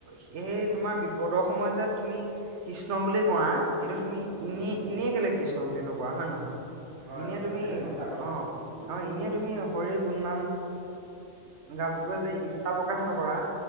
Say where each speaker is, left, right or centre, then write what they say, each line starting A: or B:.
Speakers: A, on the right; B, on the right.
A: সেই তোমাৰ বিপদৰ সময়ত যে তুমি কৃষ্ণ বুলি কোৱা, কিন্তু তুমি
B: হয়
A: এনে এনেয়ে কেলে কৃষ্ণ বুলি নকোৱা হয় নে নহয়।
B: হয়
A: এনে
B: হয়
A: তুমি
B: সেইটো সঁচা কথা
A: অ',
B: উম।
A: অ', এনেয়ে তুমি শৰীৰ গুণ নাম গাবলৈ যে ইচ্ছা প্ৰকাশ নকৰা